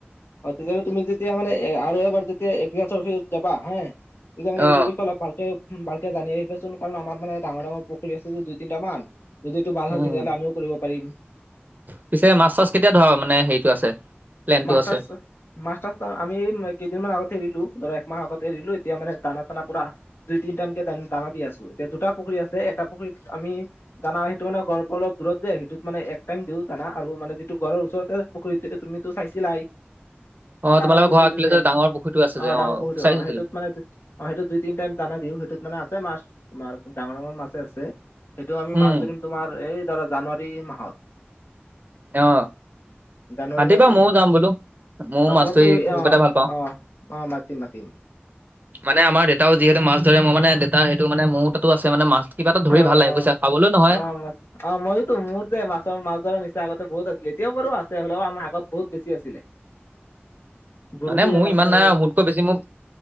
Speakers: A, on the left; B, on the right.
A: অ তেতিয়াহ'লে তুমি যেতিয়া মানে আৰু এবাৰ যেতিয়া এগ্ৰিকালচাৰ অফিচত যাবা হে তেতিয়া মানে
B: অ'।
A: এইটোৰ বিষয়ে অলপ ভালকে উ ভালকে জানি আহিবচোন কাৰণ আমাৰ মানে ডাঙৰ ডাঙৰ পুখুৰী আছে যে দুই তিনিটা মান যদি এইটো ভাল
B: উম,
A: হয় তেতিয়াহ'লে আমিও কৰিব পাৰিম।
B: পিছে মাছ চাছ কেতিয়া ধৰা মানে হেৰিটো আছে। প্লেনটো
A: মাছ
B: আছে?
A: টাছ মাছ টাছ আমি কেইদিনমান আগতে এৰিলো ধৰ একমাহ আগতে এৰিলো এতিয়া মানে দানা চানা পুৰা দুই তিন টানকে দানা দি আছোঁ এতিয়া দুটা পুখুৰী আছে এটা পুখুৰীত আমি দানা সেইটো মানে গৰ পৰা অলপ দূৰত যে সেইটোত মানে এক টাইম দিওঁ দানা আৰু মানে যিটো গৰৰ ওচৰতে পুখুৰীটো তুমি টো চাইছিলাই।
B: অ',
A: ডাঙৰ
B: তোমালোকৰ
A: পুখুৰীটো
B: ঘৰ আগফালে
A: যে অ
B: ডাঙৰ পুখুৰীটো আছে যে
A: ডাঙৰ পুখুৰীটো
B: চাইছিলোঁ
A: অ সেইটোত মানে অ সেইটো দুই তিনি টাইম জানা দিও সেইটোত মানে আছে মাছ তোমাৰ ডাঙৰ ডাঙৰ মাছে আছে। সেইটো আমি
B: উম,
A: মাছ ধৰিম তোমাৰ এই ধৰা জানুৱাৰী মাহত।
B: অ
A: জানুৱাৰী
B: মাতিবা।
A: মাহত ধৰিম
B: মও
A: আমি
B: যাম
A: মাছ
B: বোলো মও
A: অ
B: মাছ
A: তোমাৰতো
B: ধৰি
A: এই
B: খোক
A: অ
B: এটা ভাল পাওঁ।
A: অ অ মাতিম মাতিম
B: মানে আমাৰ দেউতা যিহেতু মাছ ধৰে মও মানে দেউতা সেইটো মানে মোৰ তাতো আছে মানে মাছ কিবা এটা ধৰি
A: অ অ
B: ভাল লাগে বুইছা পাবলৈ নহয়।
A: অ মাছ অ, মইওতো মোৰ যে মাছ মাছ ধৰ নিচা আগতে বহুত আছিলে এতিয়াও বাৰু আছে হলেও আমাৰ আগত বহুত বেছি আছিলে। বৰশীৰে
B: মানে মোৰ
A: মাছ
B: ইমান
A: মাৰো
B: নাই আৰু মোতকৈ বেছি মোৰ